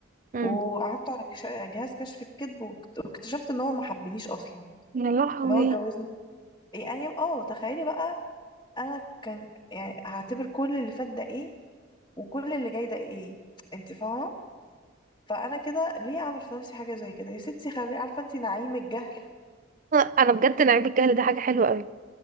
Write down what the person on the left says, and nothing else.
وقعدت على كش- جهاز كشف الكذب واكت- واكتشفت ان هو ما حبنيش اصلا
ان هو اتجوزني يعني اه تخيلي بقى انا كان يعني هعتبر كل اللي فات ده ايه وكل اللي جاي ده ايه انت فاهمه فانا كده ليه اعمل في نفسي حاجه زي كده يا ستي خلي عارفه انت نعيم الجهل